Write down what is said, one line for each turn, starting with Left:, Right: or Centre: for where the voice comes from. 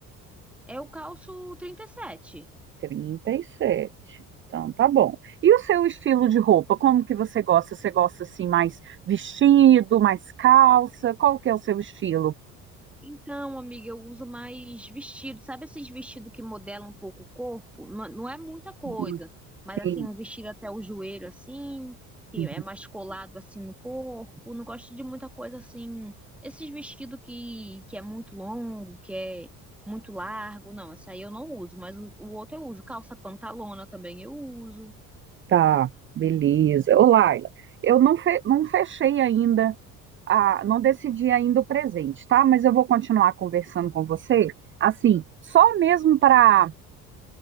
Centre: É o calço 37.
Right: trinta e sete, Então, tá bom. E o seu estilo de roupa? Como que você gosta? Você gosta assim mais vestido, mais calça? Qual que é o seu estilo?
Centre: Então, amiga, eu uso mais vestido. Sabe esses vestidos que modelam um pouco o corpo? Não, não é muita coisa,
Right: Hum,
Centre: mas
Right: Sim,
Centre: assim, um vestido até o joelho, assim, que
Right: Uhum.
Centre: é mais colado assim no corpo. Não gosto de muita coisa assim. Esses vestidos que, que é muito longo, que é muito largo. Não, essa aí eu não uso, mas o, o outro eu uso. Calça pantalona também eu uso.
Right: Tá, beleza. Ô, Laila, eu não, fe- não fechei ainda, a, não decidi ainda o presente, tá? Mas eu vou continuar conversando com você, assim, só mesmo para